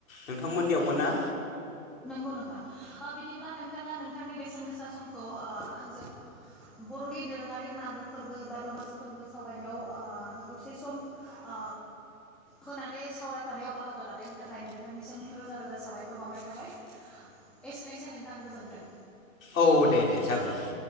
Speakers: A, on the left (about 70°); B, in the centre.
A: नोंथांमोननियावबो ना?
B: नंगौ नोंथां ओ बिदिब्ला नोंथाङा नोंथांनि बेसेन गोसा समखौ ओ आंजों बर'नि दोरोङारि मागो फोरबो बा दमासि फोरबो सावरायनायाव ओ दसे सम ओ होनानै सावरायफानायाव बाहागो लानायनि थाखाय नोंथांनिसिम रोजा रोजा साबायखर बावनाय थाबाय एसेनोसै नोंथां गोजोन्थों।
A: औ दे दे जागोन दे।